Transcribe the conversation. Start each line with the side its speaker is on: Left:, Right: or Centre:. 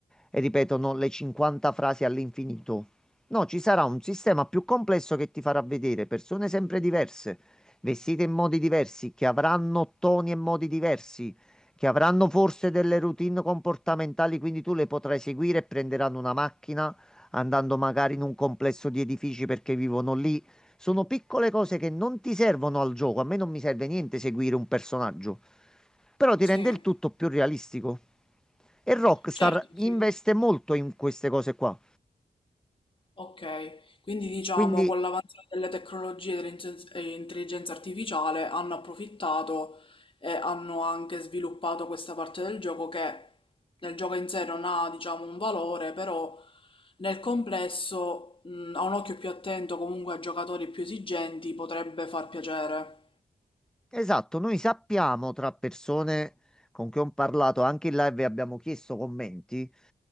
Centre: e ripetono le 50 frasi all'infinito. No, ci sarà un sistema più complesso che ti farà vedere persone sempre diverse, vestite in modi diversi, che avranno toni e modi diversi, che avranno forse delle routine comportamentali, quindi tu le potrai seguire e prenderanno una macchina andando magari in un complesso di edifici perché vivono lì sono piccole cose che non ti servono al gioco. A me non mi serve niente seguire un personaggio, però ti
Left: Sì,
Centre: rende il tutto più realistico. E Rockstar
Left: certo, sì,
Centre: investe
Left: sì.
Centre: molto in queste cose qua.
Left: Ok, quindi diciamo
Centre: Quindi
Left: con l'avanzare delle tecnologie e dell'intelligenza e intelligenza artificiale hanno approfittato e hanno anche sviluppato questa parte del gioco che nel gioco in sé non ha, diciamo, un valore, però nel complesso, mh, a un occhio più attento comunque a giocatori più esigenti potrebbe far piacere.
Centre: Esatto, noi sappiamo tra persone con cui ho parlato, anche in live abbiamo chiesto commenti,